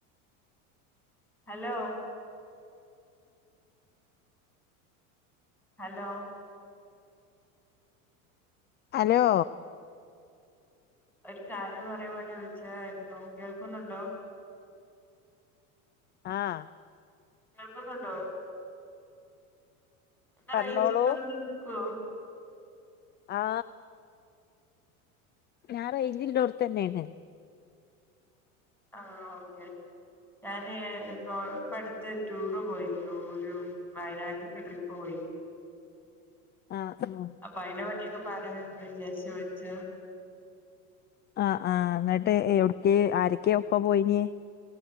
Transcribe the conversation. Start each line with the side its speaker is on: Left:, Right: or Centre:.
Centre: ഹലോ ഹലോ
Left: ഹലോ
Centre: ഒരു കാര്യം അറിയാൻ വേണ്ടി വിളിച്ചതായിരുന്നു കേൾക്കുന്നുണ്ടോ
Left: ആഹ
Centre: കേൾക്കുന്നുണ്ടോ എ
Left: പറഞ്ഞോളൂ
Centre: റേഞ്ച്ക്കോ
Left: ആ ഞാറ യ്ഞ്ചിലന്റെടുത്ത തന്നെയാണ്
Centre: ആഹ ഓക്കെ ഞാന് ഇപ്പൊ ഇപ്പ അടുത്ത് ടൂറ് പോയിരുന്നു ഒരു വയനാട്ടക്ക് ട്രിപ്പ് പോയി
Left: ആ ആ
Centre: അപ്പൊ അയിന പറ്റിയൊക്കെ പറ വിചാരിച്ച വെച്ച
Left: ആ ആഹ എന്നിട്ട് എവിടക്ക് ആരൊക്കെ ഒപ്പ പോയിനേ